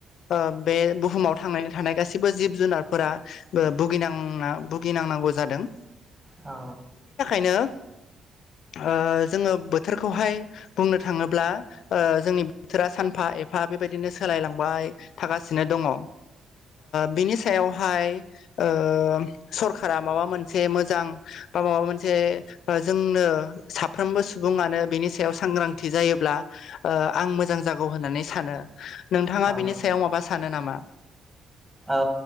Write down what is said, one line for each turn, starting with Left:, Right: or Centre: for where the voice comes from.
Left: ओ बे बुहुमाव थांनानै थानाय गासिबो जिब जुनार फोरा ओ भुगिनांना भुगिनांनांगौ जादों।
Right: औ
Left: नो ओ जोङो बोथोरखौहाय बुंनो थाङोब्ला ओ जोंनि बोथोरा सानफा एफा बेबायदिनो सोलायलांबाय थागासिनो दङ ओ बेनि सायावहाय ओ सरखारा माबा मोनसे मोजां बा माबा मोन से ओ जोंनो साफ्रोमबो सुबुङानो बिनि सायाव सांग्रांथि जायोब्ला ओ ओ आं मोजां जागौ होननानै सानो नोंथाङा
Right: औ
Left: बिनि सायाव माबा सानो नामा?
Right: औ